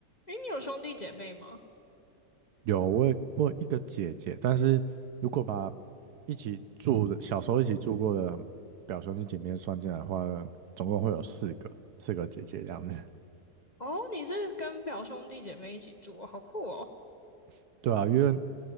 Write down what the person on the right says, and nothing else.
有，我有我有一个姐姐，但是如果把一起住的小时候一起住过的表兄弟姐妹算进来的话，总共会有四个，四个姐姐这样子。
<laughs> 对啊，因为